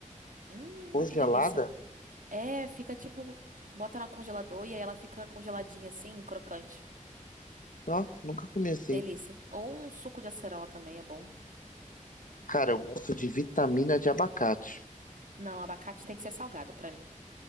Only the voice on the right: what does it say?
Hum,
que delícia. É, fica tipo, bota na congelador e aí ela fica congeladinha assim, crocante.
Delícia. Ou um suco de acerola também é bom.
Não, abacate tem que ser salgado pra mim.